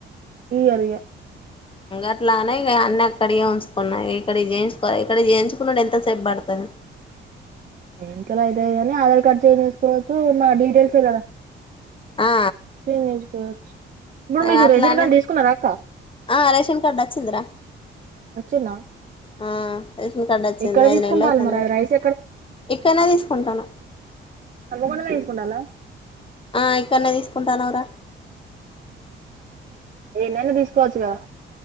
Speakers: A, on the right (about 45°); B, on the left (about 25°).
A: ఇయ్యరు ఇగ <inaudible>
B: అట్లనే ఇగ అన్ని అక్కడియే ఉంచుకున్న ఇక్కడ చేయించుకో ఇక్కడ చేయించుకునుడు ఎంతసేపు పడుతది
A: ఎంతలయితయి గాని ఆధార్ కార్డ్ చేంజ్ చేసుకోవచ్చు నా డీటెయిల్సే కదా
B: ఆ
A: చేంజ్ చేసుకోవచ్చు ఇప్పుడు
B: ఇగ
A: మీకు
B: అట్లానే
A: రేషన్ కార్డు తీసుకున్నరా అక్క
B: ఆ రేషన్ కార్డు వచ్చిందిరా
A: వచ్చిందా
B: ఆ రేషన్ కార్డ్ వచ్చింది
A: ఎక్కడ
B: ఐదు
A: తీసుకుంటాలు
B: నెలలు అవుతుంది
A: మరి
B: కావచ్చు
A: రైస్
B: ఇక్కడ్నే తీసుకుంటాన్నం
A: హన్మకొండలనే తీసుకుంటాళ్ళ
B: ఆ ఇక్కడ్నే తీసుకుంటాన్నమురా
A: ఏడనైనా తీసుకోవచ్చు కదా